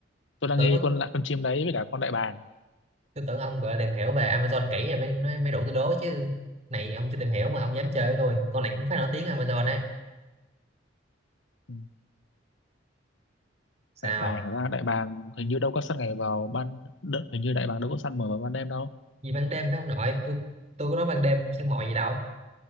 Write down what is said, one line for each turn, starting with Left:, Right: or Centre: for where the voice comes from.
Left: tôi đang
Right: tưởng
Left: nghi
Right: nó-
Left: con lạ con chim đấy với cả con đại bàng
Right: tôi tưởng ông gọi là tìm hiểu về Amazon kỹ rồi mới mới, mới đủ tôi đố chứ này ông chưa tìm hiểu mà ông dám chơi với tôi con này cũng khá nổi tiếng Amazon
Left: ừ.
Right: sao
Left: đại bàng thật ra đại bàng hình như đâu có săn ngày vào ban đ- hình như đại bàng đâu có săn mở vào ban đêm đâu
Right: gì ban đêm đó ông nội tôi tôi có nói ban đêm săn mồi gì đâu